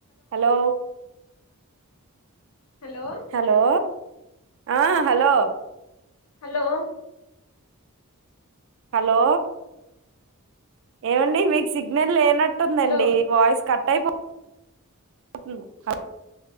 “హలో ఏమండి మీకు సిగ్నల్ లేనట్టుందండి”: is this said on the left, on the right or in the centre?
Right